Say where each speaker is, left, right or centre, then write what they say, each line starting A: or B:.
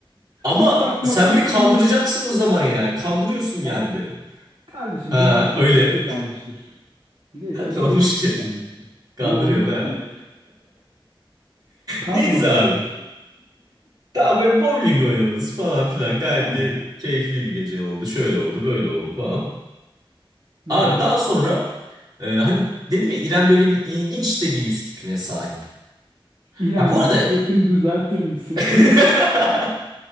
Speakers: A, on the right; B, on the right.
A: Ama
B: <laughs> Takmasan
A: sen beni
B: söyleyeceğiz.
A: kandıracaksın o zaman yani. Kandırıyorsun yani
B: Tamam.
A: beni.
B: Kardeşim
A: Ha
B: geçmiş geçmişte
A: öyle.
B: kalmıştır.
A: <laughs>
B: Geçmiş
A: Ne olmuş
B: geçmişte
A: ki?
B: kalmıştır.
A: Kandırıyorum
B: Ne olmuş
A: ha.
B: ki ne? Kanma
A: <laughs> Neyse
B: kardeşim.
A: abi. Daha böyle bowling oynadınız falan filan. Gayet
B: Tamam.
A: de keyifli bir gece oldu. Şöyle oldu, böyle oldu falan.
B: Hı
A: Abi
B: hı.
A: daha sonra e, hani dedim ya İrem böyle bir ilginç de bir yüz tipine sahip.
B: İremcim
A: Ha bu arada
B: suratını düzeltir misin?
A: <laughs>